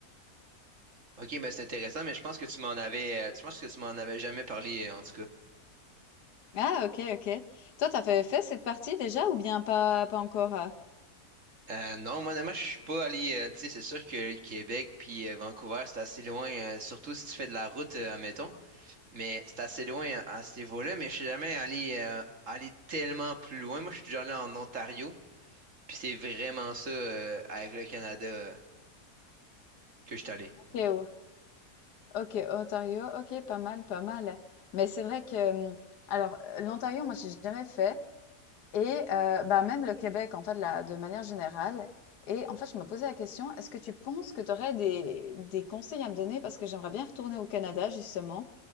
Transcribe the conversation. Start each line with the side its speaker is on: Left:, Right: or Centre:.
Right: Ok, mais c'est intéressant, mais je pense que tu m'en avais, euh, je pense que tu m'en avais jamais parlé, euh, en tout cas.
Left: Ah OK, OK. Toi, tu avais fait cette partie déjà ou bien pas pas encore?
Right: Euh, non, moi, honnêtement, je suis pas allé, euh, tu sais, c'est sûr que Québec puis euh, Vancouver, c'est assez loin, euh, surtout si tu fais de la route, euh, admettons, mais c'est assez loin à, à ce niveau-là, mais je suis jamais allé, euh, allé tellement plus loin. Moi, je suis déjà allé en Ontario, puis c'est vraiment ça, euh, avec le Canada, euh, que je suis allé.
Left: OK,
Right: Donc,
Left: ouais. OK, Ontario, OK, pas mal, pas mal. Mais c'est vrai que, hum, alors, euh, l'Ontario, moi, j'ai jamais fait, et euh, bah, même le Québec, en fait, là, de manière générale. Et en fait, je me posais la question, est-ce que tu penses que tu aurais des, des conseils à me donner? Parce que j'aimerais bien retourner au Canada, justement,